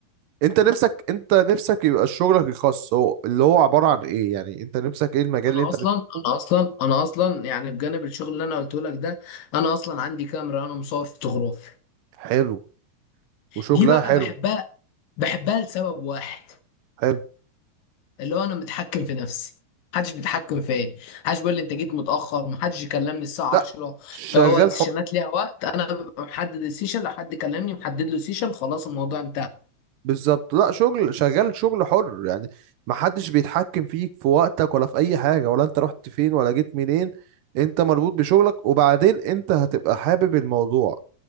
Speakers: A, on the right (about 75°); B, on the left (about 75°).
A: انت نفسك انت نفسك يبقى شغلك الخاص هو اللي هو عبارة عن ايه يعني انت نفسك ايه المجال
B: انا
A: اللي انت
B: اصلا
A: بتحبه
B: انا اصلا انا اصلا يعني بجانب الشغل اللي انا قلته لك ده انا اصلا عندي كاميرا انا مصور فوتوغرافي
A: حلو وشغلها
B: دي بقى
A: حلو
B: بحبها بحبها لسبب واحد
A: حلو
B: اللي هو انا متحكم في نفسي محدش بيتحكم فيا محدش بيقول لي انت جيت متاخر محدش يكلمني الساعه
A: لا
B: 10
A: شغال
B: لو هو السيشنات
A: حر
B: ليها وقت انا ببقى محدد السيشن لو حد كلمني محدد له سيشن خلاص الموضوع انتهى
A: بالظبط لا شغل شغال شغل حر يعني محدش بيتحكم فيك في وقتك ولا في اي حاجة ولا انت رحت فين ولا جيت منين انت مربوط بشغلك وبعدين انت هتبقى حابب الموضوع